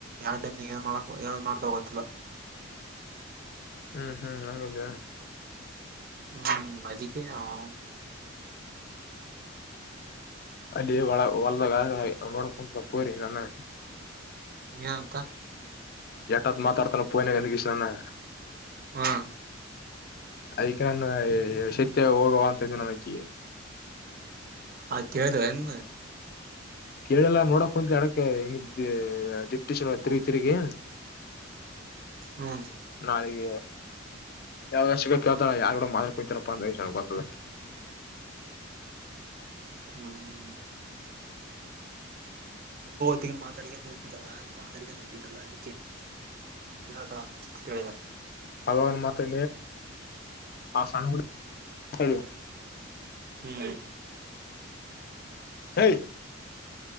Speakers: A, on the right; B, on the left.
A: ಯ ಮ್ ಏನ್ ಮಾಡ ಮಾಡ್ತವೊ ಗೊತ್ತಿಲ್ಲ
B: ಹ್ಮ್ ಹ್ಮ್ ಆಗದಾ
A: ಹ್ಮ್ ಅದಕ್ಕೆೇ ಅವ
B: ಅಲ್ಲಿೇ ವಳ ವಲದಗ ನೋಡ ಕುೊಂಡ್ರಿ ನನ್ನ
A: ಏನನ್ತ
B: ಎಟಾತ್ತು ಮಾತಾಡ್ತಾನೆೋ ಫೋನಗೆ ಕೃಷ್ಣಾನ
A: ಹ್ಮ್
B: ಅದಕ್ ನಾನು ಶತ್ಯ ಹೋಗುವ ಅಂತ ಇದ್ದು ನಮಗೆ
A: ಹಾ ಕೇಳದ ನ್
B: ಕೇಳಲ್ಲಾ ನೋಡಕ್ ಹೊಂತ ಅಡಕ ಹೆಂಗ ಡಿಟರಿಶಿ ತಿಗಿ ತಿರುಗಿ
A: ಹ್ಮ್
B: ನಳಿಗೆ <unintelligible> ಯಾವ ಕೇಳ್ತಾರ ಯಾರ್ು ಕೂಡ ಮಾ ಕುತಾರಪ್ಪ ಅ ಗೊತ್ತದ
A: ಹ್ಮ್ ತಿಗ ಮಾತಾಡಿಿಗೆಲ್ಲ <unintelligible> ಮಾದರಿಕ ನಂತಿದ್ದಲ್ಲ ಅದಿಕ್ಕೆ ವಿತ ಕೇಳಿದಿದ್ದಾರೆ
B: ಹಗವನ್ ಮಾತ್ರ ಆ ಸಾನ ಹೇಳ <unintelligible>
A: ಹ್ಮ್
B: ಹೇ